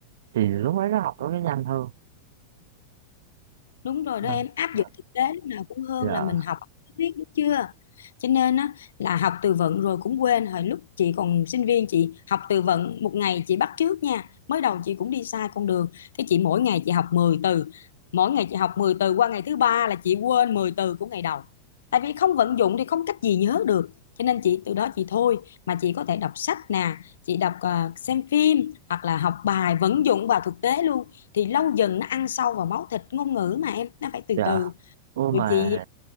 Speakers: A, on the right; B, on the left.
A: thì lúc đấy nó học nó mới nhanh hơn
B: Đúng rồi đó
A: À,
B: em áp
A: à,
B: dụng thực tế lúc nào cũng hơn
A: dạ
B: là mình học biết đúng chưa? Cho nên á, là học từ vựng rồi cũng quên hồi lúc chị còn sinh viên chị học từ vựng một ngày chị bắt chước nha mới đầu chị cũng đi sai con đường cái chị mỗi ngày chị học mười từ mỗi ngày chị học 10 từ qua ngày thứ ba là chị quên 10 từ của ngày đầu tại vì không vận dụng thì không cách gì nhớ được cho nên chị từ đó chị thôi mà chị có thể đọc sách nè chị đọc à, xem phim hoặc là học bài vận dụng vào thực tế luôn thì lâu dần nó ăn sâu vào máu thịt ngôn ngữ mà em nó phải từ
A: dạ
B: từ
A: Ô mà
B: rồi chị